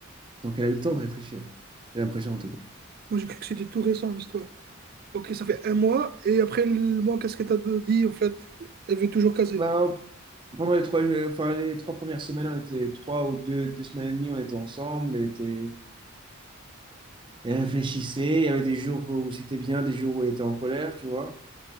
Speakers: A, on the right; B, on the right.
A: donc elle a eu le temps de réfléchir. J'ai l'impression en tout cas.
B: Moi, j'ai cru que c'était tout récent, l'histoire. Ok, ça fait un mois, et après le mois, qu'est-ce que t'as dit en fait? Elle veut toujours caser.
A: Ben, pendant les trois, enfin, les trois premières semaines, on était trois ou deux, deux semaines et demie, on était ensemble, elle était Elle réfléchissait. Il y avait des jours où c'était bien, des jours où elle était en colère, tu vois.